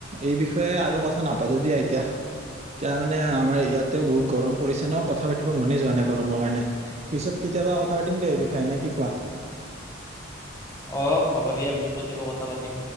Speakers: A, on the right (about 35°); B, on the left (about 15°).
A: এই বিষয়ে আৰু কথা নাপাতো দিয়া এতিয়া এতিয়া মানে আমাৰ ইয়াতেও বহুত গৰম পৰিছে ন কথা পাতিব মনে যোৱা নাই গৰমৰ কাৰণে পিছত কেতিয়াবা কথা পাতিম দে এই বিষয়ে, নে কি কোৱা?
B: অহ' হ'ব দিয়া, পিছত কেতিয়াবা কথা পাতিম।